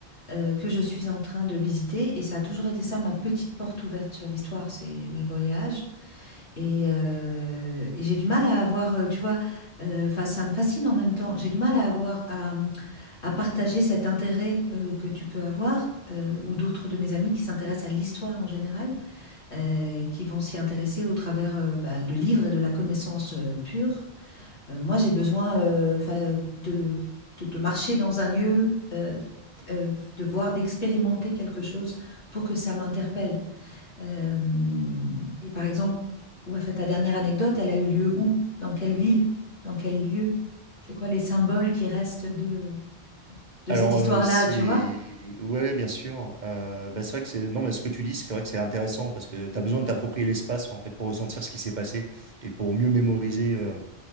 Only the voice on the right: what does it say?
Alors
euh, c'est
ouais bien sûr Euh, bah, c'est vrai que c'est non mais ce que tu dis c'est vrai que c'est intéressant parce que tu as besoin de t'approprier l'espace en fait pour ressentir ce qui s'est passé et pour mieux mémoriser euh,